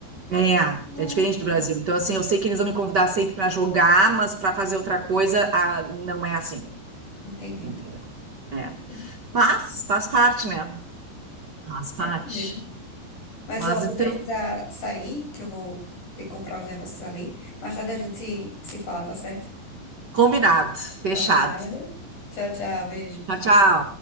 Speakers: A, on the right; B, on the left.
A: É,
B: Nossa.
A: é diferente do Brasil. Então, assim, eu sei que eles vão me convidar sempre pra jogar, mas pra fazer outra coisa, ah, não é assim,
B: Entendi.
A: entendeu?
B: Então,
A: É.
B: tudo bem.
A: Mas faz parte, né? Faz parte.
B: É, é assim mesmo. Mas,
A: Mas
B: ó, vou
A: então,
B: precisar sair, que eu vou ter que comprar os negócios ali. Mais tarde a gente se, se fala, tá certo?
A: combinado, fechado.
B: Combinado. Tchau, tchau, beijo.
A: Tchau, tchau.